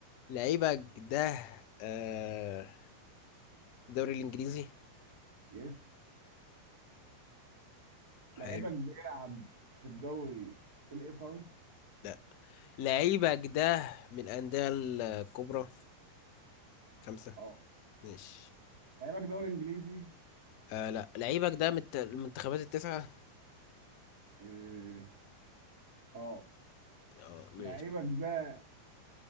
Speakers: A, on the left; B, on the right.
A: لعيبك ده آه الدوري الانجليزي
B: يس لعيبك
A: حلو
B: بيلعب في الدوري الإيطالي
A: لا لعيبك ده من الانديه الكبرى خمسة
B: اه
A: ماشي
B: لعيبك دوري إنجليزي
A: آه لا لعيبك ده من الت- المنتخبات التسعة
B: إيه، اه
A: اه ماشي
B: لعيبك ده